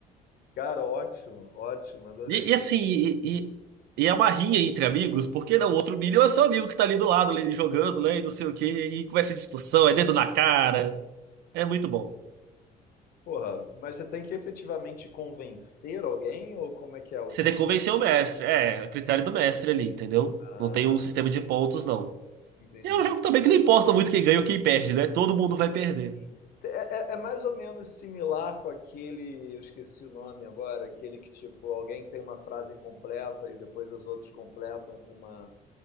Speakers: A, on the left; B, on the right.
A: Cara, ótimo, ótimo, adorei.
B: E, e assim, e, e, e é uma rinha entre amigos, porque não, o outro Minion é seu amigo que tá ali do lado, ali, jogando, né, e não sei o quê, e começa discussão, é dedo na cara, é muito bom.
A: Porra, mas você tem que efetivamente convencer alguém ou como é que é o
B: Você
A: sistema?
B: tem que convencer o mestre, é, é critério do mestre ali, entendeu?
A: Ah,
B: Não tem um sistema de pontos, não.
A: entendi.
B: E é um jogo também que não importa muito quem ganha ou quem perde, né? Todo mundo vai perder.
A: Sim. É, é- é mais ou menos similar com aquele, eu esqueci o nome agora, aquele que tipo, alguém tem uma frase incompleta e depois os outros completam com uma,